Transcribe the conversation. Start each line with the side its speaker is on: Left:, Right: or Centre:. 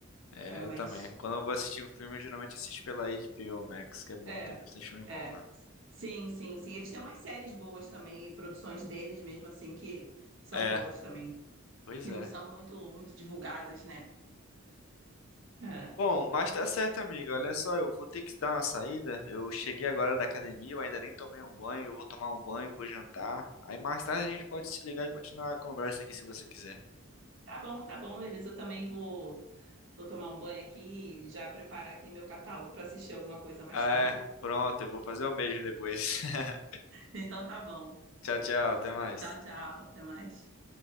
Left: é,
Right: é, mas,
Left: eu também. Quando eu vou assistir um filme, eu geralmente assisto pela HBO Max, que é bom,
Right: é,
Left: tem bastante filme bom
Right: é,
Left: lá.
Right: sim, sim, sim. Eles têm umas séries boas também, e produções deles mesmo assim, que são
Left: É,
Right: boas também,
Left: pois
Right: que
Left: é.
Right: não são muito, muito divulgadas, né? É.
Left: Bom, mas tá certo, amigo. Olha só, eu vou ter que dar uma saída. Eu cheguei agora da academia, eu ainda nem tomei um banho. Eu vou tomar um banho, vou jantar. Aí mais tarde a gente pode se ligar e continuar a conversa aqui se você quiser.
Right: Tá bom, tá bom, Elisa, eu também vou, vou tomar um banho aqui e já preparar aqui meu catálogo para assistir alguma coisa mais
Left: Ah,
Right: tarde.
Left: É, pronto, eu vou fazer o mesmo depois. <laughs>
Right: Então tá bom.
Left: Tchau, tchau, até mais.
Right: Tchau, tchau, até mais.